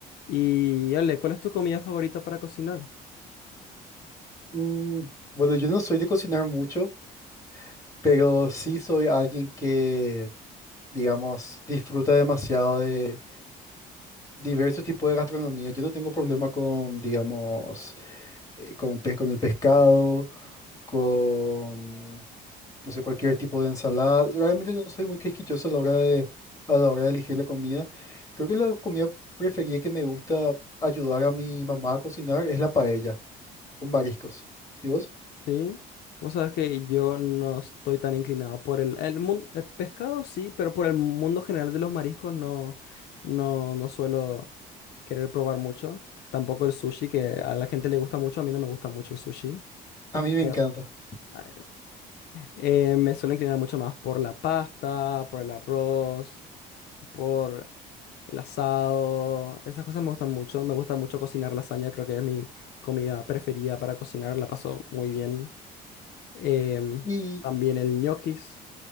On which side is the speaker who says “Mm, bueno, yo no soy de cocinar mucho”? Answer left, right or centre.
Left